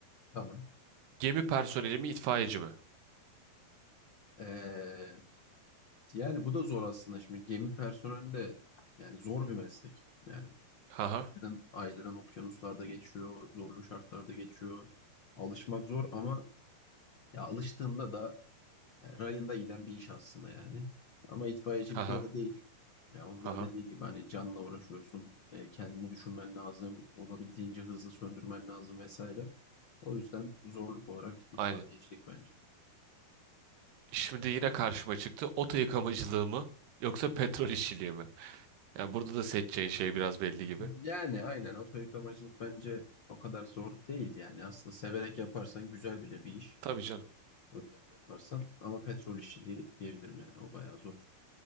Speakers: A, on the left; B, on the right.
A: Tamam.
B: Gemi personeli mi itfaiyeci mi?
A: Ee, yani bu da zor aslında. Şimdi gemi personeli de yani zor bir meslek. Yani
B: Haha.
A: ayların, ayların okyanuslarda geçiyor, zorlu şartlarda geçiyor. Alışmak zor ama ya alıştığında da yani rayında giden bir iş aslında yani. Ama itfaiyecilik
B: Haha.
A: öyle değil. Ya onun
B: Haha.
A: da dediği gibi hani canla uğraşıyorsun, e, kendini düşünmen lazım, olabildiğince hızlı söndürmen lazım vesaire. O yüzden zorluk olarak itfaiyecilik
B: Aynen.
A: bence.
B: Şimdi yine karşıma çıktı. Oto yıkamacılığı mı? Yoksa petrol işçiliği mi? Yani burada da seçeceğin şey biraz belli gibi.
A: Yani aynen oto yıkamacılık bence o kadar zor değil yani. Aslında severek yaparsan güzel bile bir iş.
B: Tabii canım.
A: Özel yaparsan. Ama petrol işçiliği diyebilirim yani. O bayağı zor.